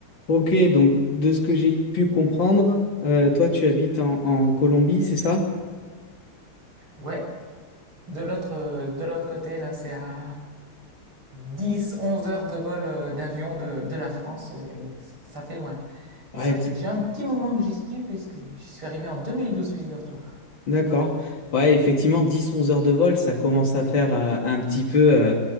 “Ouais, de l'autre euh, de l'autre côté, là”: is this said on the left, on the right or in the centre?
Right